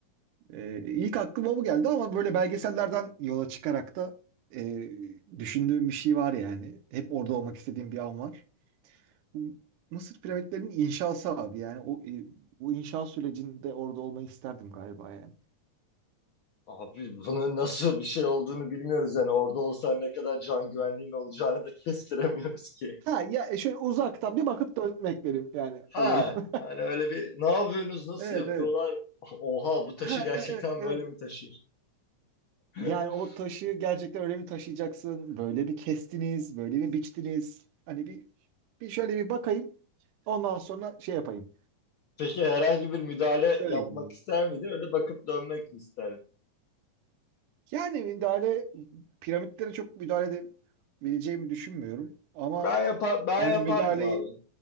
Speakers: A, on the right; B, on the left.
A: Ee, ilk aklıma bu geldi ama böyle belgesellerden yola çıkarak da e, düşündüğüm bir şey var yani. Hep orada olmak istediğim bir an var. Bu Mısır piramitlerinin inşası abi yani o e, bu inşa sürecinde orada olmayı isterdim galiba yani.
B: Abi bunun nasıl bir şey olduğunu bilmiyoruz yani. Orada olsan ne kadar can güvenliğin olacağını da <laughs> kestiremiyoruz ki.
A: Ha ya e, şöyle uzaktan bir bakıp dönmek benim yani
B: Ha,
A: olayı. <laughs>
B: hani öyle bir ne yapıyorsunuz, nasıl
A: Evet
B: yapıyorlar?
A: evet.
B: <laughs> Oha bu taşı
A: Ha
B: gerçekten
A: e- evet evet.
B: böyle mi taşır? <laughs>
A: Yani o taşı gerçekten öyle mi taşıyacaksın? Böyle bir kestiniz, böyle mi biçtiniz? Hani bir, bir şöyle bir bakayım. Ondan sonra şey yapayım.
B: Peki herhangi bir müdahale
A: Yani
B: yapmak ister miydin? Öyle bakıp dönmek mi isterdin?
A: Yani müdahale piramitlere çok müdahale edebileceğimi düşünmüyorum. Ama
B: Ben yapar, ben
A: hani
B: yapardım
A: müdahaleyi
B: abi.